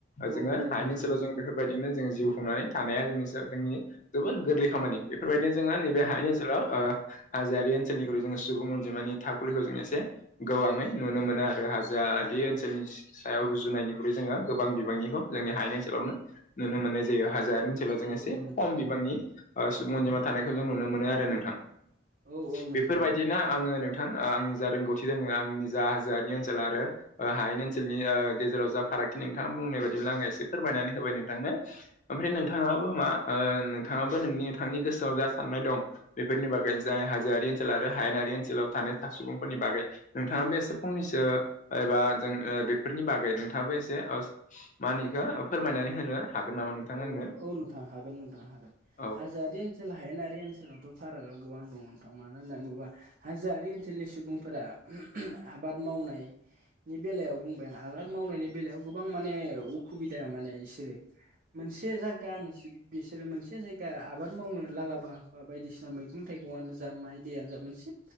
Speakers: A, on the right (about 45°); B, on the left (about 40°).
A: औ
B: जों
A: औ
B: हायेन
A: नोंथां
B: ओनसोलाव
A: औ
B: जों बे बेबादिनो जों जिउ खुंनानै थानाया जोंनि जोंनि जोबोर गोरलै खामानि। बेफोरबायदिनो जोंहा नैबे
A: औ
B: हायेन ओनसोल सोलाव ओ हाजोआरि ओनसोलनिख्रुइ जोङो सुबुं अनजिमानि थाखुलिखौ जों एसे गोबांङै नुनो मोनो आरो। आरो हाजो बे
A: औ
B: ओनसोलनि सायाव रुजुनायनिख्रुइ जोङो गोबां बिबांनिखौ जोंनि हायानि ओनसोलावनो नुनो मोननाय जायो। हाजोआरि ओनसोलाव
A: औ
B: जों एसे
A: औ नोंथां
B: खम बिबांनि ओ सुबुं अनजिमा थानायखौ जों नुनो मोनो आरो नोंथां।
A: औ औ नोंथां
B: बेफोरबायदिनो आङो नों नोंथां आं जा रोंगौथि दं आङो आंनि जा हाजोआरि ओनसोल आरो ओ हायेन ओनसोलनि ओ गेजेराव जा फारागथि नोंथाङा बुंनाय बाय बिदिब्ला आङो एसे फोरमायनानै होबाय नोंथांनो। ओमफ्राय नोंथाङाबो मा ओ नोंथाङाबो नोंनि नोंथांनि गोसोआव जा साननाय दं बेफोरनि बागै जाय हाजोआरि ओनसोल आरो हायेनारि ओनसोलाव थानाय सुबुंफोरनि बागै नोंथाङाबो एसे फंनैसो एबा जों बेफोरनि बागै नोंथाङाबो एसे मा होनो इखो फोरमायनानै होनो हागोन। नामा नोंथां
A: औ
B: आंनो
A: औ नोंथां। हागोन नोंथां हागोन
B: औ
A: हाजोआ ओनसोलाव हायेनारि ओनसोलावथ' फारागा गोबां दं नोंथां मा होननानै बुंङोब्ला हाजोआरि ओनसोलनि सुबुंफोरा आबाद मावनाय नि बेलायाव बुंबाय आं। आबाद मावनायनि बेलायाव गोबां माने अखुबिदा माने बिसोरो। मोनसे जागा बिसोरो मोनसे जायगा आबाद मावनो लागाबा बा बायदिसिना मैगं थाइगंनो जा माइ दैयानो जा मोनसे